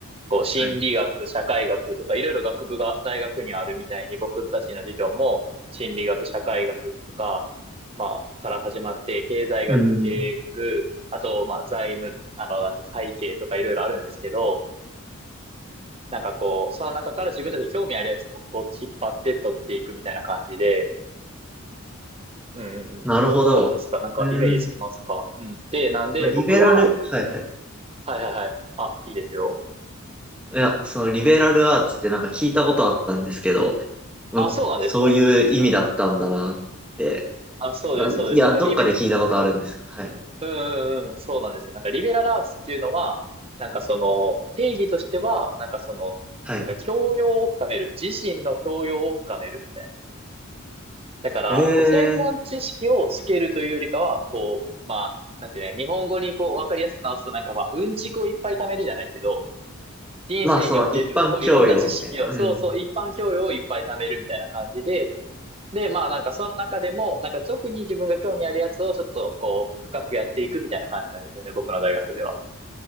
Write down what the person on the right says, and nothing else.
こう、心理学、
社会学とか、いろいろ学部が大学にあるみたいに、僕たちの授業も、心理学、社会学とか、まあ、から始まって、経済学、
経営学、あと、まあ、財務、あの、なんて、会計とかいろいろあるんですけど、なんかこう、その中から自分たちに興味あるやつをこう引っ張って取っていくみたいな感じで、うんうんうん。
わかりますかなんかイメージつきますかうん。
で、なんで僕は、
はいはいはい。あ、いいですよ。
あ、そうなんですかうんあ、そうです、
そうです。
なんかリベ、
うんうんうん、そうなんですよ。なんかリベラルアーツっていうのは、なんかその定義としては、なんかその、
教養を深める。自身の教養を深めるみたいな。だから、
こう、専門知識をつけるというよりかは、
こう、まあ、なんていうね、日本語にこう、わかりやすく直すとなんか、まあ、うんちくをいっぱい貯めるじゃないけど、人生における、
こう、いろんな知識を、
そうそう、一般教養をいっぱい貯めるみたいな感じで、で、まあなんかその中でも、なんか特に自分が興味あるやつをちょっとこう、深くやっていくみたいな感じなんですよね、僕の大学では。